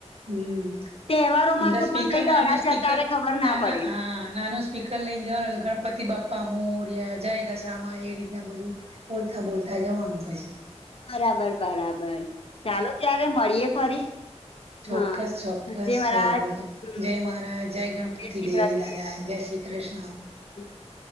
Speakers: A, on the right; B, on the left.
A: હમ
B: તહેવારોમાં
A: અંદર
B: તો
A: સ્પીકર
B: પણ કઈ દડા
A: નાનો
B: જતા
A: સ્પીકર
B: રે ખબર
A: ના
B: પડે
A: ના હા નાુ સ્પીકર લઈને જવાનું એટલે ગણપતિ બાપા મોરિયા જાયદા સામા એવી રીતના બધું બોલતા બોલતા જવાનું પછી
B: બરાબર બરાબર ચાલો ત્યારે મળીયે ફરી
A: ચોક્કસ
B: હા
A: ચોક્કસ
B: જય મહારાજ,
A: બોલે
B: હમ
A: જય મહારાજ જય ગણપતિ
B: શ્રી
A: દેવ
B: કૃષ્ણ.
A: દાદા જય શ્રી કૃષ્ણ
B: <inaudible>